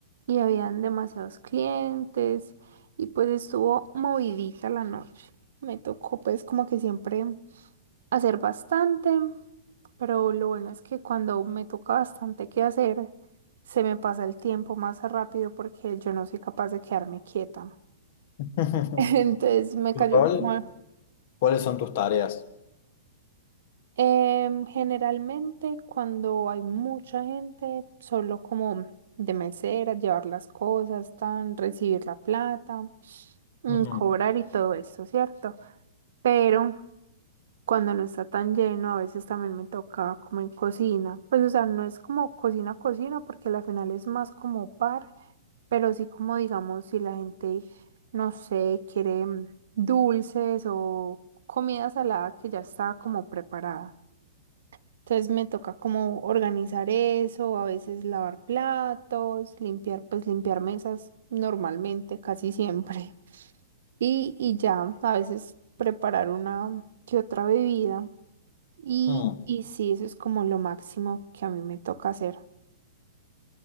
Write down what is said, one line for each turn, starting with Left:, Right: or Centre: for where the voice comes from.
Right: y habían demasiados clientes y pues estuvo movidita la noche. Me tocó pues como que siempre hacer bastante, pero lo bueno es que cuando me toca bastante que hacer, se me pasa el tiempo más rápido porque yo no soy capaz de quedarme quieta.
Left: <laughs>
Right: <laughs> Entonces me
Left: ¿Tu
Right: cayó
Left: rol?
Right: como,
Left: ¿Cuáles son tus tareas?
Right: Em, generalmente cuando hay mucha gente, solo como de mesera, llevar las cosas, tan, recibir la plata, mm,
Left: Ujú.
Right: cobrar y todo esto, ¿cierto? Pero cuando no está tan lleno, a veces también me toca como en cocina. Pues o sea, no es como cocina, cocina, porque al final es más como bar, pero sí como digamos, si la gente, no sé, quiere mm, dulces o comida salada que ya está como preparada. Entonces me toca como organizar eso, a veces lavar platos, limpiar, pues limpiar mesas normalmente, casi siempre. <laughs> Y, y ya, a veces preparar una que otra bebida. Y,
Left: Mm,
Right: y sí, eso es como lo máximo que a mí me toca hacer.